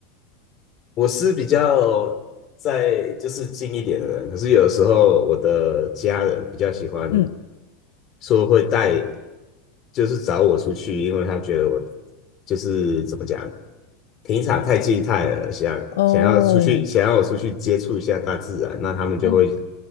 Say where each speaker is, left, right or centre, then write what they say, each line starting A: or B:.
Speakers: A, on the left; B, on the left.
A: 我是比较在就是近一点的人，可是有时候我的家人比较喜欢
B: 嗯，
A: 说会带，就是找我出去，因为他觉得我就是怎么讲，平常太静态了，想想要出去，
B: 哦，
A: 想要我出去接触一下大自然，那他们就会
B: 哦，